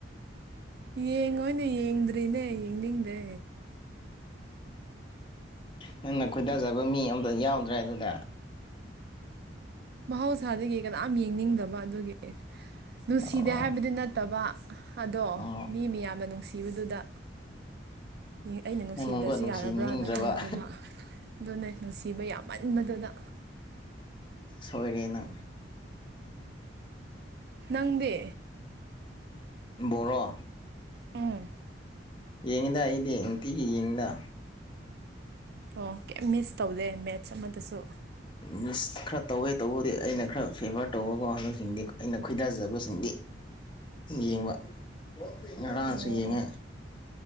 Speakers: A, on the right (about 60°); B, on the left (about 25°).
A: ꯌꯦꯡꯉꯣꯏꯅꯦ ꯌꯦꯡꯗ꯭ꯔꯤꯅꯦ ꯌꯦꯡꯅꯤꯡꯗꯦ
B: ꯅꯪꯅ ꯈꯣꯏꯗꯥꯖꯕ ꯃꯤ ꯑꯇ ꯌꯥꯎꯗ꯭ꯔꯦ ꯑꯗꯨꯗ
A: ꯃꯍꯧꯁꯥꯗꯒꯤ ꯀꯅꯥꯝ ꯌꯦꯡꯅꯤꯡꯗꯕ ꯑꯗꯨꯒꯤ ꯅꯨꯡꯁꯤꯗꯦ
B: ꯑꯣ
A: ꯍꯥꯏꯕꯗꯤ ꯅꯠꯇꯕ ꯑꯗꯣ
B: ꯑꯣ
A: ꯃꯤ ꯃꯤꯌꯥꯝꯅ ꯅꯨꯡꯁꯤ ꯊꯤꯕꯗꯨꯗ ꯑꯩꯅ ꯅꯨꯡꯁꯤꯗꯁꯨ
B: ꯅꯪ ꯑꯃꯨꯛꯀ ꯅꯨꯡꯁꯤꯅꯤꯡꯗ꯭ꯔꯕ
A: ꯌꯥꯔꯕ꯭ꯔꯅ ꯈꯜꯕ ꯑꯗꯨꯅꯦ ꯅꯨꯡꯁꯤꯕ ꯌꯥꯝꯃꯟꯕꯗꯨꯗ
B: ꯁꯣꯏꯔꯤꯅ
A: ꯈꯥꯡꯗꯦ
B: ꯣꯔ
A: ꯎꯝ
B: ꯌꯦꯡꯗ ꯑꯩꯗꯤ ꯅꯨꯡꯇꯤꯒꯤ ꯌꯦꯡꯗ
A: ꯑꯣ ꯀꯩ ꯃꯤꯁ ꯇꯧꯗꯦ ꯃꯦꯠꯆ ꯑꯃꯗꯁꯨ
B: ꯃꯤꯁ ꯈꯔ ꯇꯧꯋꯦ ꯇꯧꯕꯗꯤ ꯑꯩꯅ ꯈꯔ ꯐꯦꯚꯔ ꯇꯧꯕ ꯋꯥꯍꯟꯗꯁꯤꯡꯗꯤ ꯑꯩꯅ ꯈꯣꯏꯗꯥꯖꯕꯁꯤꯡꯗꯤ ꯌꯦꯡꯕ ꯉꯁꯦꯉ
A: ꯑꯣ ꯑꯣ